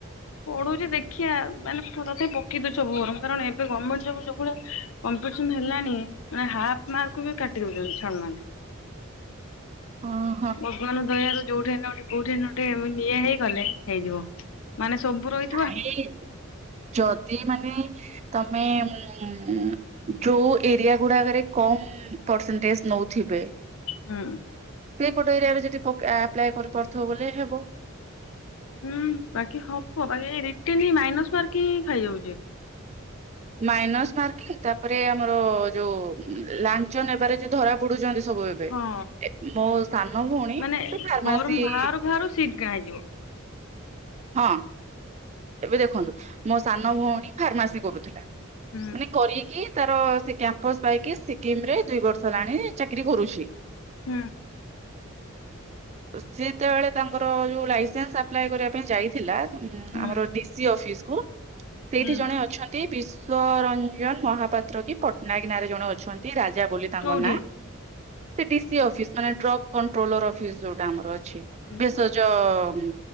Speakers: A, on the left; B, on the right.
A: ପଢୁଛି ଦେଖିବା, ମାନେ ପ ତଥାପି ପକେଇ ଦଉଚି ସବୁ ବରଂ, କାରଣ ଏବେ ଗଭର୍ଣ୍ଣମେଣ୍ଟ ଜବ ଯୋଉ ଭଳିଆ କମ୍ପିଟିସନ୍ ହେଲାଣି, ମାନେ ହାଫ୍ ମାର୍କ ବି କାଟି ଦେଉଛନ୍ତି, ଛାଡ଼ୁନାହାନ୍ତି।
B: ହଁ
A: ଭଗ ଭଗବାନଙ୍କ ଦୟାରୁ ଯୋଉଠି ହେନେ ଗୋଟେ କୋଉଠି ହେନେ ଗୋଟେ <unintelligible> ଇଏ ହେଇଗଲେ, ହେଇଯିବ। ମାନେ ସବୁର ର
B: ଭାଇ, ଯଦି ମାନେ ତମେ ଉଁ, ଯୋଉ ଏରିଆ ଗୁଡାକରେ କମ୍ ପରସେଣ୍ଟେଜ ନଉଥିବେ
A: ହୁଁ
B: ସେଇପଟ ଏରିଆରେ ଯଦି ପକ୍ ଆପ୍ଲାଏ କରିପାରୁଥିବ ବଲେ ହେବ।
A: ହୁଁ ବାକି ହବ, ବାକି ଏଇ ରିଟିନ୍ ହିଁ ମାଇନସ ମାର୍କକିଙ୍ଗ ହିଁ ଖାଇଯାଉଛି।
B: ମାଇନସ୍ ମାର୍କିଂ, ତାପରେ ଆମର ଯୋଉ, ଲାଞ୍ଚ ନେବାରେ ଯୋଉ ଧରା ପଡୁଛନ୍ତି ସବୁ ଏବ
A: ହଁ
B: ବେ ମୋ ସାନ ଭଉଣୀ,
A: ମାନେ
B: ସେ ଫାର୍ମାସି
A: ଫର୍ମ ବାହାରୁ ବାହାରୁ ସିଟ କିଣା ହେଇଯିବ।
B: ହଁ। ଏବେ ଦେଖନ୍ତୁ, ମୋ ସାନ ଭଉଣୀ ଫାର୍ମାସି କରୁଥିଲା
A: ହୁଁ
B: ମାନେ କରିକି ତାର ସେକ୍ କ୍ୟାମ୍ପସ୍ ପାଇକି, ସିକିମରେ ଦୁଇ ବର୍ଷ ହେଲାଣି ଚାକିରୀ କରୁଛି।
A: ହୁଁ।
B: ତ ସିଏ ଯେତେବେଳେ ତାଙ୍କର ଯୋଉ ଲାଇସେନ୍ସ ଆପ୍ଲାଏ କରିବା ପାଇଁ ଯାଇଥିଲା
A: ହୁଁ
B: ଆମର ଡିସି ଅଫିସ କୁ ସେଇଠି
A: ହୁଁ
B: ଜଣେ ଅଛନ୍ ନ୍ତି ବିଶ୍ଵରଞ୍ଜନ ମହାପାତ୍ର କି ପଟ୍ଟନାୟକ ନାଁରେ ଜଣେ ଅଛନ୍ତି ରାଜା ବୋଲି ତାଙ୍କ
A: କୋଉଠି
B: ନାଁ ସେ ଡିସି ଅଫିସ ମାନେ ଡ୍ରଗ୍ କଣ୍ଟ୍ରୋଲର ଅଫିସ ଯୋଉଟା ଆମର ଅ ଛି
A: ହୁଁ।
B: ଭେଷଜ ଉଁ